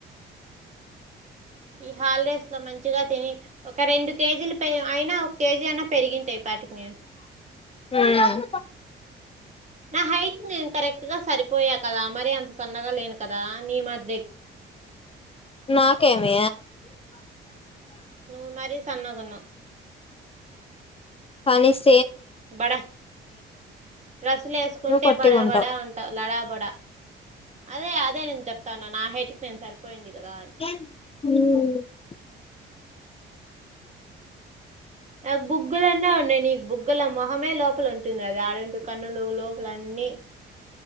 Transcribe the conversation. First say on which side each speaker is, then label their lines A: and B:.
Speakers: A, on the right; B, on the left.
A: ఈ హాలిడేస్ లో మంచిగా తిని ఒక రెండు కేజీలు అయినా ఒక కేజీ అయినా పెరిగింటా ఈ పాటికి నేను
B: మ్మ్
A: నా హైట్ నేను కరెక్ట్ గా సరిపోయా కదా మరి అంత సన్నగా లేను కదా నీ మధ్య
B: నాకేం <inaudible>
A: నువ్ మరీ సన్నగున్నవ్
B: పన్ చూస్
A: బడా డ్రస్సులు వేసుకుంటే
B: నువ్వు పొట్టిగుంటావ్
A: బడా బడా అంటావు లడా బడా అదే అదే నేను చెప్ నా హేటికి నేను సరిపోయింది
B: మ్మ్
A: కదా అని నాకు బుగ్గలన్నా ఉన్నాయి నీకు బుగ్గల మొహమే లేవ్ ఉంటేనే అది ఆరెంజ్ <unintelligible> లోపలన్నీ